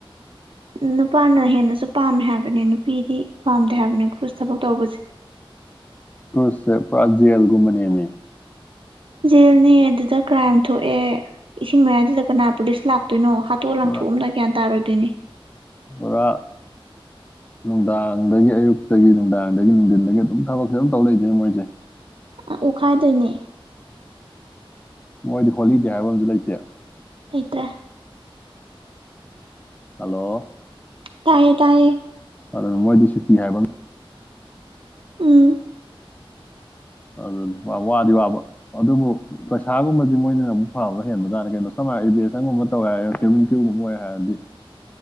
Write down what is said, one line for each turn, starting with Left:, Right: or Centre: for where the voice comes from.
Right: ꯅꯨꯄꯥꯅ ꯍꯦꯟꯅꯁꯨ ꯄꯥꯝꯃꯦ ꯍꯥꯏꯕꯅꯦ ꯅꯨꯄꯤꯗꯤ ꯄꯥꯝꯗꯦ ꯍꯥꯏꯕꯅꯦ ꯀ꯭ꯔꯨꯁ ꯊꯕꯛ ꯇꯧꯕꯁꯦ
Left: ꯀ꯭ꯔꯨꯁ ꯄꯨꯔꯥ ꯖꯦꯜ ꯒꯨꯝꯕꯅꯦꯃꯤ
Right: ꯖꯦꯜꯅꯦ ꯑꯗꯨꯗ ꯀ꯭ꯔꯥꯏꯝ ꯊꯣꯛꯑꯦ ꯏꯁꯤꯡ ꯃꯌꯥꯏꯗꯨꯗ ꯀꯅꯥ ꯄꯨꯂꯤꯁ ꯂꯥꯛꯇꯣꯏꯅꯣ ꯍꯥꯠꯇꯣꯛ ꯂꯥꯡꯊꯣꯛꯑꯝꯅ
Left: ꯄꯨꯔꯥ
Right: ꯒ꯭ꯌꯥꯟ ꯇꯥꯔꯣꯏꯗꯣꯏꯅꯤ
Left: ꯄꯨꯔꯥ ꯅꯨꯡꯗꯥꯡꯗꯒꯤ ꯑꯌꯨꯛꯇꯒꯤ ꯅꯨꯡꯗꯥꯡꯗꯒꯤ ꯅꯨꯡꯊꯤꯟꯗꯒꯤ ꯑꯗꯨꯝ ꯊꯕꯛꯁꯦ ꯑꯗꯨꯝ ꯇꯧ ꯂꯩꯗꯣꯏꯅꯦ ꯃꯣꯏꯁꯦ
Right: ꯑꯣꯠꯈꯥꯏꯗꯣꯏꯅꯦ
Left: ꯃꯣꯏꯗꯤ ꯍꯣꯂꯤꯗꯦ ꯍꯥꯏꯕ ꯑꯃꯁꯨ ꯂꯩꯇꯦ
Right: ꯂꯩꯇ꯭ꯔꯦ
Left: ꯍꯜꯂꯣ
Right: ꯇꯥꯏꯌꯦ ꯇꯌꯦ
Left: ꯑꯗꯨ ꯃꯣꯏꯗꯤ ꯁꯨꯇꯤ ꯍꯥꯏꯕ
Right: ꯎꯝ
Left: ꯑꯗꯨꯗꯤ ꯋꯥꯗꯤ ꯋꯥꯕ ꯑꯗꯨꯕꯨ ꯄꯩꯁꯥꯒꯨꯝꯕꯗꯤ ꯃꯣꯏꯅꯅ ꯑꯃꯨꯛ ꯐꯕ ꯍꯦꯟꯕ ꯇꯥꯔꯅꯤ ꯀꯩꯅꯣ ꯁꯝ ꯍꯥꯏꯅ ꯏꯚꯦꯁꯟꯒꯨꯝꯕ ꯇꯧꯋꯦ ꯍꯥꯏꯔ ꯀ꯭ꯨꯚ ꯀ꯭ꯌꯨꯒꯨꯝꯕ ꯑꯣꯏꯦ ꯍꯥꯏꯔꯗꯤ